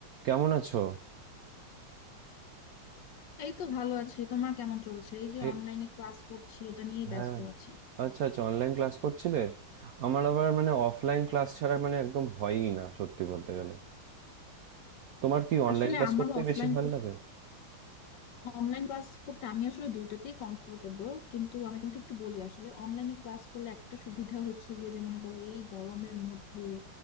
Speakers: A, on the right (about 75°); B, on the left (about 65°).
A: কেমন আছো
B: এই তো ভালো আছি তোমার কেমন চলছে এই যে
A: এ
B: অনলাইনে ক্লাস করছি এটা নিয়েই
A: হ্যাঁ
B: ব্যস্ত আছি
A: আচ্ছা আচ্ছা অনলাইন ক্লাস করছিলে আমার আবার মানে অফলাইন ক্লাস ছাড়া মানে একদম হয়ই না সত্যি বলতে গেলে তোমার কি অনলাইন
B: আসলে
A: ক্লাস
B: আমার
A: করতেই
B: অফলাইন
A: বেশি ভালো লাগে
B: অনলাইন ক্লাস করতে আমি আসলে দুইটাতেই কমফোর্টেবল কিন্তু আমি তোমাকে একটু বলি আসলে অনলাইনে ক্লাস করলে একটা সুবিধা হচ্ছে গিয়ে যে মনে করো এই গরমের মধ্যে